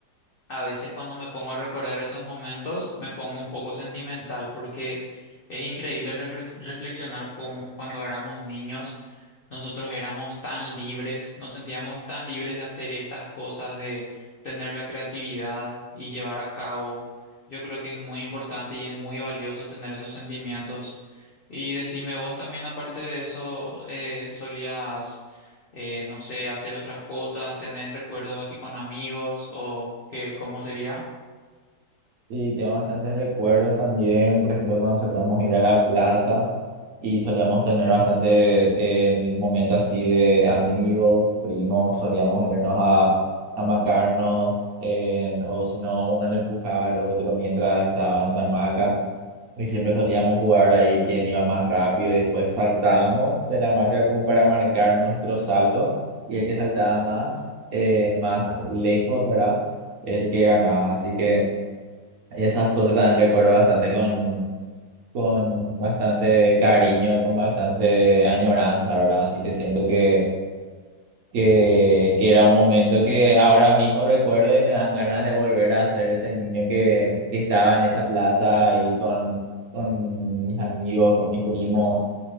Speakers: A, on the left (about 65°); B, on the right (about 65°).
A: a veces cuando me pongo a recordar esos momentos me pongo un poco sentimental porque es increíble reflex- reflexionar cómo cuando éramos niños nosotros éramos tan libres, nos sentíamos tan libres de hacer estas cosas, de tener la creatividad y llevar a cabo. Yo creo que es muy importante y es muy valioso tener esos sentimientos. Y decime vos también, aparte de eso, eh, solías eh, no sé, hacer otras cosas, tener recuerdos así con amigos o qué ¿cómo sería?
B: Sí, tengo bastantes recuerdos también, por ejemplo, cuando solíamos ir a la plaza y solíamos tener bastante, el momento así de amigos, primos, solíamos irnos a, a macarnos, eh, o si no, uno le empujaba al otro mientras estaba en la hamaca y siempre solíamos jugar ahí quién iba más rápido y después saltábamos de la hamaca como para marcar nuestro salto y el que saltaba más, eh, más lejos, ¿verdad? Es el que ganaba, así que... Esas cosas también recuerdo bastante con, con bastante cariño, con bastante añoranza, ¿verdad? Así que siento que, que, que era un momento que ahora mismo recuerdo y me dan ganas de volver a ser ese niño que, que estaba en esa plaza ahí con, con mis amigos, con mis primos,